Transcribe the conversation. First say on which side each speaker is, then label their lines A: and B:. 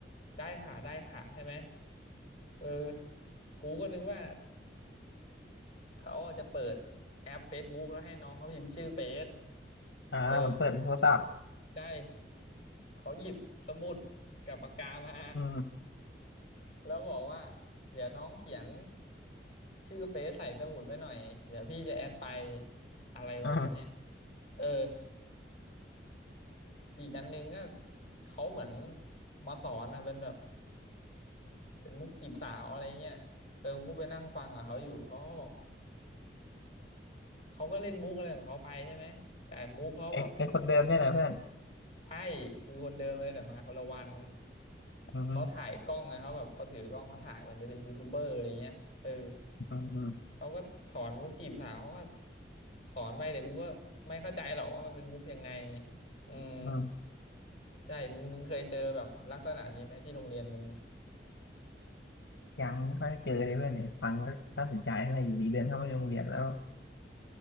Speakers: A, on the left; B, on the left.
A: ได้ค่ะได้ค่ะใช่ไหมเออกูก็นึกว่าเขาจะเปิดแอป Facebook แล้วให้น้องเขาพิมพ์ชื่อเฟซ
B: อ่าเหมือนเปิดในโทรศัพท์
A: เออได้เขาหยิบสมุดกับปากกามา
B: อืม
A: แล้วบอกว่าเดี๋ยวน้องเขียนชื่อเฟซใส่สมุดไว้หน่อยเดี๋ยวพี่จะแอดไปอะไรประมาณเนี้ย
B: อืม
A: เออ อีกอันหนึงก็เขาเหมือนมาสอนนะเป็นแบบเป็นมุกจีบสาวอะไรเงี้ยเออกูไปนั่งฟังกับเขาอยู่เขาก็บอกเขาก็เล่นมุกอะไรของเขาไปใช่ไหมแต่มุกเขาแบบ
B: ไอไอคนเดิมเนี่ยนะเพื่อน
A: ใช่คือคนเดิมเลยแต่มาคนละวัน
B: อืม
A: เขาถ่ายกล้องไงเขาแบบเขาถือกล้องมาถ่ายเหมือนจะเป็นยูทูบเบอร์อะไรเงี้ยเออ
B: อืมอืม
A: เขาก็สอนมุกจีบสาวเขาก็สอนไปแต่กูก็ไม่เข้าใจหรอกว่ามันเป็นมุกยังไงอืม
B: อืม
A: ใช่มึงมึงเคยเจอแบบลักษณะนี้ไหมที่โรงเรียนมึง
B: ยังไม่ค่อยเจอเลยเพื่อนเนี่ยฟังก็น่าสนใจนะอยู่ดีเดินเข้ามาในโรงเรียนแล้ว